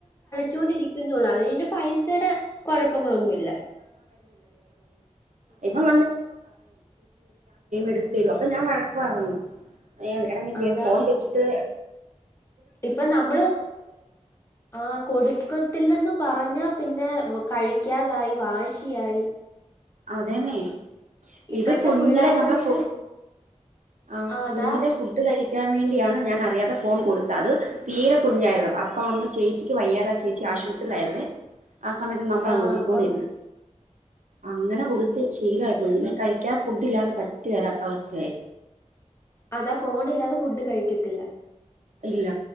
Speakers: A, on the left (about 20°); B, on the right (about 85°).
A: ചോണ്ടിരിക്കുന്നൊള്ളു അതിന്റെ പൈസയുടെ കുഴപ്പങ്ങളൊന്നുല്ല
B: ഇപ്പം വന്ന് ഏ എടാ നി ഗെ
A: അതാ
B: ഫോൺ വച്ചിട്ട്
A: ഇപ്പൊ നമ്മള് ആ കൊടുക്കത്തിൽ നിന്നും പറഞ്ഞാ പിന്നെ കഴിക്കാതായി വാശിയായി
B: അതേന്നെ
A: ഇപ്പഴത്തെ
B: ഇത് കുഞ്ഞിലെ
A: പുള്ളാര്ന്ന്
B: നമ്മുള്
A: വെച്ചാ
B: ഫു ആ
A: ആഹ് അതാ
B: കുഞ്ഞിലെ ഫുഡ് കഴി ാൻ വേണ്ടിയാണ് ഞാൻ അറിയാതെ ഫോൺ കൊടുത്തത് അത് തീരെ കുഞ്ഞായിരുന്നു അപ്പോൾ അന്ന് ചേച്ചിക്ക്യ്യാതെ ചേച്ചി അ ആശുപത്രിൽായിുന്നേ ആ സമയത്ത് നമ്മളാ
A: ആഹ്
B: നോക്കിക്കൊണ്ടിരന്ന്
A: അപ്പം
B: അങ്ങനെ കൊടുത്ത് ശീലമായി പോയി പിന്നെ കഴിക്കാൻ ഫുഡ് ഇല്ലാതെ പറ്റ വരാത്ത അവസ്ഥയായി
A: അതാ ഫോണ ഇില്ലാതെ ഫുഡ് കഴിക്കത്തില്ല
B: ഇല്ല